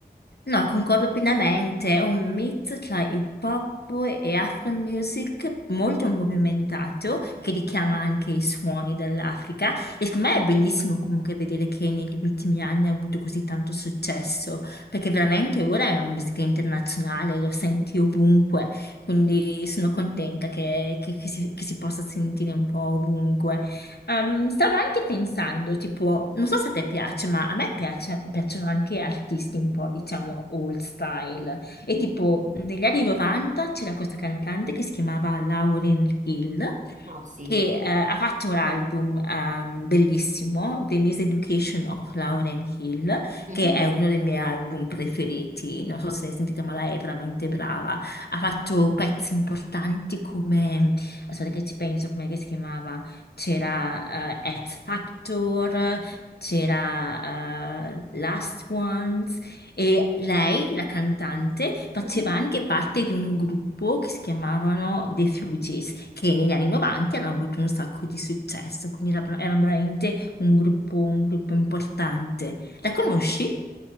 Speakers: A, on the left; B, on the right.
A: No, concordo pienamente, è un mix tra hip hop e afro music molto movimentato che richiama anche i suoni dell'Africa e secondo me è bellissimo comunque vedere che negli ultimi anni ha avuto così tanto successo perché veramente ora è una musica internazionale, lo senti ovunque, quindi sono contenta che, che- che si, che si possa sentire un po' ovunque. Ehm, stavo anche pensando, tipo, non so se a te piace, ma a me piace- piacciono anche artisti un po', diciamo, old style. E
B: Mm.
A: tipo, negli anni 90 c'era questa cantante che si chiamava Lauryn Hill
B: Oh sì.
A: che eh, ha fatto un album ehm, bellissimo, The Miseducation of Lauren Hill,
B: Mhm.
A: che è uno dei miei album preferiti. Non so se ne sentite, ma lei è veramente brava. Ha fatto pezzi importanti come, aspetta che ci penso, come si chiamava? C'era eh, X Factor, c'era eh, Last Ones, e lei, la cantante, faceva
B: Mhm.
A: anche parte di un gruppo che si chiamavano The Fugees, che negli anni 90 hanno avuto un sacco di successo, quindi era era veramente un gruppo, un gruppo importante. La conosci?